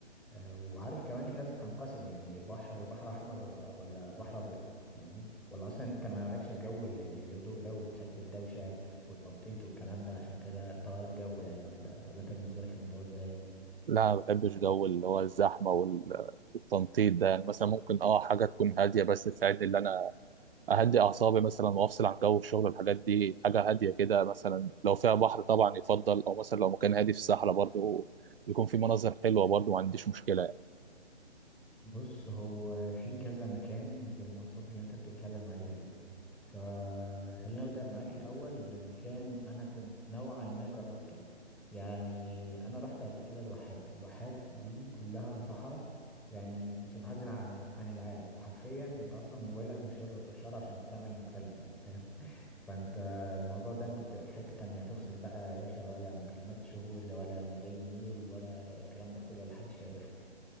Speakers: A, in the centre; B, on the right.
A: آه، وعارف كمان في ناس بتنقسم يعني بحر بحر أحمر آه، ولا بحر أبيض فاهمني ولا أصلا أنت ما مالكش في جو ال- ال- الهدوء ده وبتحب الدوشة والتنطيط والكلام ده عشان كده تغير جو يعني ولا ولا أنت بالنسبة لك الموضوع إزاي؟
B: لا ما بحبش جو اللي هو الزحمه وال- والتنطيط ده يعني مثلا ممكن اه حاجه تكون هاديه بس تساعدني ان انا اهدي اعصابي مثلا وافصل عن جو الشغل والحاجات دي حاجه هاديه كده مثلا لو فيها بحر طبعا يفضل او مثلا لو مكان هادي في الصحراء برضه يكون في مناظر حلوه برضه ما عنديش مشكله
A: بص هو في كذا مكان بالمواصفات اللي انت بتتكلم عليها دي فخلينا نبدأ معاك الأول بمكان أنا كنت نوعا ما جربته يعني أنا رحت قبل كده الواحات الواحات دي كلها صحراء يعني بتنعزل عن عن العالم حرفيا انت أصلا موبايلك مش هيلقط إشارة عشان تعمل مكالمة يعني فاهم <laughs> فانت الموضوع ده انت بتبقى في حتة تانية تفصل بقى يا باشا ولا مكالمات شغل ولا انا جالي ميل ولا الكلام ده كله ولا حدش هيعرفك